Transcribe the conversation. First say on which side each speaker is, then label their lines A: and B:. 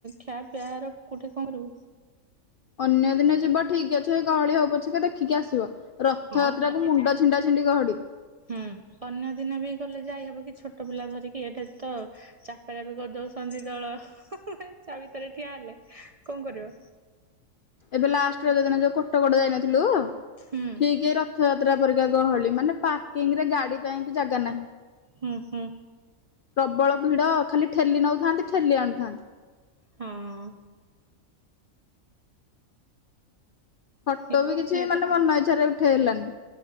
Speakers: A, on the right; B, on the left.
A: ଖିଆ ପିଆ ର କୋଉଠି କଣ ରୁ।
B: ଅନ୍ୟ ଦିନେ ଯିବ ଠିକ ଅଛି ଏଇ ଗହଳି ହଉ ପଛକେ ଟିକେ ଦେଖିକି ଆସିବ। ରଥଯାତ୍ରା
A: ଅନ୍ୟ
B: କୁ
A: ଦିନେ
B: ମୁଣ୍ଡ ଛିଣ୍ଡା ଛିଣ୍ଡି ଗହଡି।
A: ହୁଁ ଅନ୍ୟ ଦିନେ ବି ଗଲେ ଯାଇହବ କି ଛୋଟ ପିଲା ଧରିକି ଏଇଟା ତ ଚା ଏ ରକମ କରିଦଉଛନ୍ତି ଦଳ ତା ଭିତରେ ଠିଆ ହେଲେ କଣ କରିବ।
B: ଏବେ ଲାଷ୍ଟରେ ଯୋଉ ଦିନ ଯୋଉ କୋଟକଟ ଯାଇନଥିଲୁ ଠିକ
A: ହୁଁ
B: ଏ ର ରଥଯାତ୍ରା ପରିକା ଗହଳି ମାନେ ପାର୍କିଂ ରେ ଗାଡି ପାଇଁ ବି ଜାଗା ନାହିଁ।
A: ହୁଁ ହୁଁ।
B: ପ୍ରବଳ ଭିଡ ଖାଲି ଠେଲି ନଉଥାନ୍ତି ଠେଲି ଆଣୁଥାନ୍ତି।
A: ହଁ।
B: ଫଟୋ
A: ଏ
B: ବି
A: କହୁଥିଲେ
B: କିଛି ମାନେ
A: ତ
B: ମନ ଇଚ୍ଛାରେ ଉଠେଇହେଲାନି।